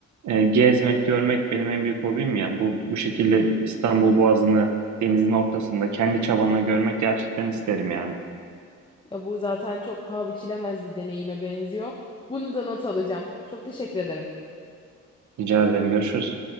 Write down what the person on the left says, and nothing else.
Ya bu zaten çok paha biçilemez bir deneyime benziyor. Bunu da not alacağım. Çok teşekkür ederim.